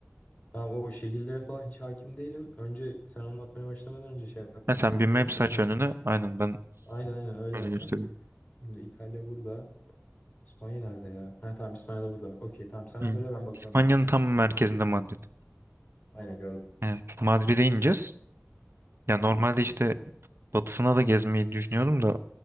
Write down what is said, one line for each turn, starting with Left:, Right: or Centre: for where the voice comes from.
Left: Tamam o şehirlere falan hiç hakim değilim. Önce sen anlatmaya başlamadan önce şey yapmam.
Right: Ha, sen
Left: Haritadan
Right: bir map
Left: açmam
Right: aç
Left: lazım.
Right: önüne aynen ben
Left: Aynen aynen öyle
Right: öyle
Left: yapacağım.
Right: göstereyim.
Left: Şimdi İtalya burada. İspanya nerede ya? Ha tamam İspanya da burada. Okey tamam sen
Right: Hı.
Left: söyle ben bakıyorum
Right: İspanya'nın
Left: ben de.
Right: tam merkezinde Madrid.
Left: Aynen gördüm.
Right: Yani Madrid'e ineceğiz. Ya
Left: Hı
Right: normalde
Left: hı.
Right: işte batısına da gezmeyi düşünüyordum da